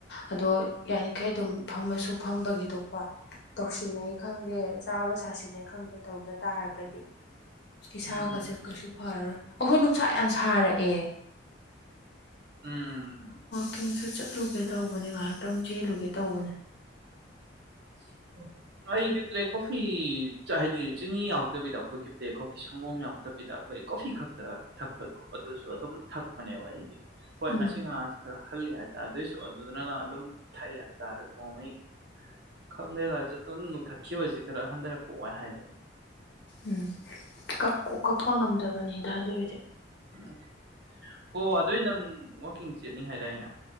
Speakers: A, on the left (about 60°); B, on the right (about 60°).
A: ꯑꯗꯣ ꯌꯥꯔꯤꯈꯩ ꯑꯗꯨꯝ ꯐꯝꯃꯁꯨ ꯐꯝꯕꯒꯤ ꯊꯣꯛꯄ ꯇꯧꯁꯤꯟꯅꯩ ꯈꯪꯗꯦ ꯆꯥꯕ ꯁꯥꯁꯤꯟꯅꯩ ꯈꯪꯗꯦ ꯇꯧꯗ ꯇꯥꯔꯒꯗꯤ ꯏꯁꯥꯒꯁꯦ
B: ꯎꯝ
A: ꯀꯩꯁꯨ ꯐꯔꯔꯣꯏ ꯑꯩꯈꯣꯏ ꯅꯨꯡꯁꯥ ꯌꯥꯝ ꯁꯥꯔꯛꯑꯦ
B: ꯎꯝ
A: ꯀꯤꯡꯁꯨ ꯆꯠꯂꯨꯒꯦ ꯇꯧꯕꯅꯦ ꯉꯥꯍꯥꯛꯇꯪ ꯆꯦꯜꯂꯨꯒꯦ ꯇꯧꯕꯅꯦ
B: <inaudible> ꯑꯩꯗꯤ ꯕ꯭ꯂꯦꯛ ꯀꯣꯐꯤ ꯆꯥ ꯍꯥꯏꯗꯤ ꯆꯤꯅꯤ ꯌꯥꯎꯗꯕꯤꯗ ꯑꯩꯈꯣꯏꯒꯤ ꯕ꯭ꯂꯦꯛ ꯀꯣꯐꯤ ꯁꯪꯒꯣꯝ ꯌꯥꯎ ꯇꯕꯤꯗ ꯑꯩꯈꯣꯏ ꯀꯣꯐꯤ ꯈꯛꯇ ꯊꯛꯄꯗꯣ ꯑꯗꯨꯁꯨ ꯑꯗꯨꯝ ꯊꯛꯄꯅꯦꯕ ꯑꯩꯗꯤ ꯍꯣꯏ
A: ꯎꯝ
B: ꯉꯁꯤ ꯉꯍꯥꯟꯁꯤ ꯈꯔ ꯍꯜꯂꯤ ꯍꯥꯏꯇꯥ ꯑꯗꯨꯏꯁꯨ ꯑꯗꯨꯗꯨꯅ ꯑꯗꯨꯝ ꯊꯛꯏ ꯍꯥꯏꯇꯥꯔꯦ ꯑꯗꯨ ꯅꯣꯡꯃꯩ ꯈꯪꯗꯦꯗ ꯖꯨꯇꯨꯟ ꯅꯣꯏꯈꯠꯈꯤꯕꯁꯤ ꯈꯔ ꯍꯟꯗꯔꯛꯄ ꯋꯥꯏ ꯍꯥꯏꯕꯅꯤ
A: ꯎꯝ ꯀꯛ ꯎ ꯀꯛꯄ ꯉꯝꯗ꯭ꯔꯕꯅꯤꯗ ꯑꯗꯨꯏꯗꯤ
B: ꯎꯝ ꯍꯣ ꯑꯗꯨꯏ ꯅꯪ ꯋꯥꯛꯀꯤꯡ ꯆꯦꯠꯅꯤ ꯍꯥꯏꯗꯥꯏꯅꯦ